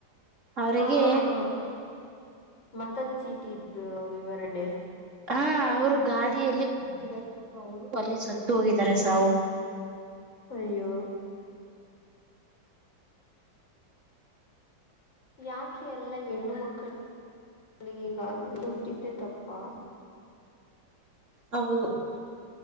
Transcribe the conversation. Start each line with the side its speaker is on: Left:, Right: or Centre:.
Right: ಅವರಿಗೆ.
Left: ಹಾ ಹಾ ಹಾ ಮತದ ಚೀಟಿ ಇದ್ದು ವಿವರಣೆ.
Right: ಹಾ ಅವರು ಗಾಡಿಯಲ್ಲಿ ಬಿದ್ದಾರೆ ಪಾಪಾ ಅವರು ಅಲ್ಲಿ ಸತ್ತು ಹೋಗಿದ್ದಾರೆ ಸಾವು.
Left: ಅಯ್ಯೋ. ಯಾಕೆ ಎಲ್ಲ ಹೆಣ್ಣು ಮಕ್ಕಳು ಇಗೆ ಹಿಂಗ ಆಗುವುದು. ಟ್ಟಿದ್ದೆ ತಪ್ಪಾ.
Right: ಹೌದು.